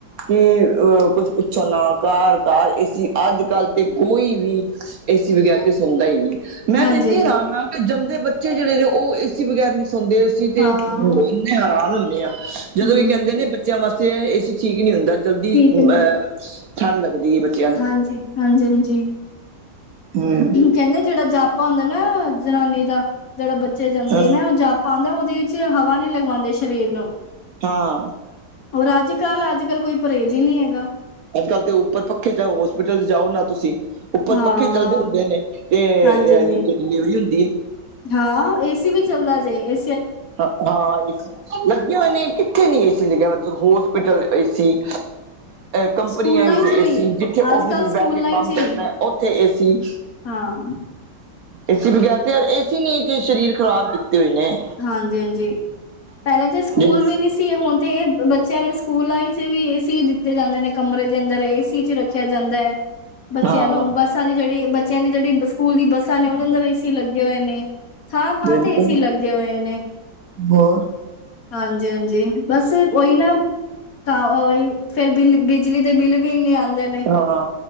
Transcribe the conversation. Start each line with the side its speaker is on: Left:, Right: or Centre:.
Right: ਕੀ ਅ ਕੁੱਛ ਪੁੱਛਣ ਨਾ ਕਾਰ-ਕਾਰ ਇਸ ਈ ਅੱਜ ਕੱਲ੍ਹ ਤੇ ਕੋਈ ਵੀ ਏਸੀ ਵਗੈਰ ਤੇ ਸੌਦਾ ਈ ਨੀ। ਮੈਂ
Left: ਹਾਂਜੀ
Right: ਤੇ ਇੰਨੀ
Left: ਹਾਂਜੀ
Right: ਹੈਰਾਨ ਆ ਕੀ ਜੰਮਦੇ ਬੱਚੇ ਜੇੜੇ ਨੇ ਓ ਏਸੀ ਬਗੈਰ ਨੀ ਸੌਦੇ ਅਸੀਂ ਤੇ
Left: ਹਾਂ
Right: ਇੰਨੇ ਹੈਰਾਨ ਹੁੰਨੇ ਆ ਜਦੋਂ
Left: ਹਮ
Right: ਕੀ ਕੈਂਦੇ ਨੇ ਬੱਚਿਆਂ ਵਾਸਤੇ ਏ ਸੀ ਠੀਕ ਨੀ ਹੁੰਦਾ ਜਲਦੀ
Left: ਠੀਕ
Right: ਅ
Left: ਹੈ
Right: ਠੰਡ ਲੱਗਦੀ ਐ ਬੱਚਿਆਂ। ਨੂੰ
Left: ਹਾਂਜੀ ਹਾਂਜੀ ਹਾਂਜੀ।
Right: <unintelligible>
Left: ਕਹਿੰਦੇ ਜਿਹੜਾ ਜਾਪਾ ਹੁੰਦਾ ਨਾ ਜਨਾਨੀ ਦਾ ਜਿਹੜਾ ਬੱਚੇ ਜੰਮਦੀ
Right: ਹਾਂ
Left: ਨਾ ਉਹ ਜਾਪ ਪਾਉਂਦਾ ਉਹਦੇ ਵਿੱਚ ਹਵਾ ਨਹੀਂ ਲਗਵਾਉਂਦੇ ਸ਼ਰੀਰ ਨੂੰ।
Right: ਹਾਂ
Left: ਹੋਰ ਅੱਜ ਕੱਲ੍ਹ ਅੱਜ ਕੱਲ ਕੋਈ ਪਰਹੇਜ਼ ਹੀ ਨਹੀਂ ਹੈਗਾ।
Right: ਅੱਜ ਕੱਲ੍ਹ ਤੇ ਉਪਰ ਪੱਖੇ ਜਾਓ ਹੋਸਪਿਟਲ ਜਾਓ ਨਾ ਤੁਸੀਂ। ਉੱਪਰ
Left: ਹਾਂ
Right: ਪੱਖੇ ਚਲਦੇ ਹੁੰਦੇ ਨੇ ਤੇ ਏ
Left: ਹਾਂਜੀ ਹਾਂਜੀ
Right: ਡਿਲੀਵਰੀ ਹੁੰਦੀ ਹੈ।
Left: ਹਾਂ ਏਸੀ ਵੀ ਚੱਲਦਾ ਜੇ ਏ
Right: ਹਾਂ ਲੱਗੇ ਹੋਏ ਨੇ। ਕਿੱਥੇ ਨੀ ਏ ਸੀ ਲੱਗਿਆ ਮਤਲਬ ਹੋਸਪਿਟਲ ਏ ਸੀ। ਕੰਪਨੀਆਂ
Left: ਸਕੂਲਾਂ
Right: ਵਿੱਚ
Left: ਚ ਵੀ
Right: ਏ ਸੀ ਜਿੱਥੇ
Left: ਅੱਜ
Right: ੳਫਿਸ
Left: ਕੱਲ੍ਹ
Right: ਵਿੱਚ
Left: ਸਕੂਲਾਂ
Right: ਬੈਠ ਕੇ ਕੰਮ
Left: ਚ ਹੀ
Right: ਕਰਨਾ ਉੱਥੇ ਏਸੀ।
Left: ਹਾਂ
Right: ਏ ਸੀ ਬਗੈਰ ਤੇ ਏ ਸੀ ਨੇ ਤੇ ਸ਼ਰੀਰ ਖ਼ਰਾਬ ਕੀਤੇ ਹੋਏ ਨੇ।
Left: ਹਾਂਜੀ ਹਾਂਜੀ ਪਹਿਲੇ ਤੇ ਸਕੂਲ
Right: ਜਿਹੜੇ
Left: ਵੀ ਨਹੀਂ ਸੀ। ਹੁਣ ਤੇ ਇਹ ਬੱਚਿਆਂ ਨੂੰ ਸਕੂਲਾਂ ਲਾਈਫ ਚ ਵੀ ਏ ਸੀ ਦਿੱਤੇ ਜਾਂਦੇ ਨੇ ਕਮਰੇ ਦੇ ਅੰਦਰ ਏ ਸੀ ਚ ਰੱਖ। ਰਖਿਆ ਜਾਂਦਾ ਐ ਬੱਚਿਆਂ
Right: ਹਾਂ
Left: ਨੂੰ ਬੱਸਾਂ ਦੀ ਜਿਹੜੀ ਬੱਚਿਆਂ ਦੀ ਜਿਹੜੀ ਸਕੂਲ ਦੀ ਬੱਸਾਂ ਨੇ ਉਹਦੇ ਅੰਦਰ ਏ ਸੀ ਲੱਗੇ ਹੋਏ ਨੇ। ਥਾਂ ਥਾਂ
Right: ਬਿਲਕੁਲ
Left: ਤੇ ਏਸੀ ਲੱਗੇ ਹੋਏ ਨੇ
Right: ਹੋਰ
Left: ਹਾਂਜੀ ਹਾਂਜੀ ਬਸ ਉਹੀ ਨਾ। ਤਾਂਹੀ ਫੇਰ ਬਿੱਲ ਬਿਜਲੀ ਦੇ ਬਿੱਲ ਵੀ ਇੰਨੇ ਆਉਂ। ਆਂਦੇ ਨੇ
Right: ਹਾਂ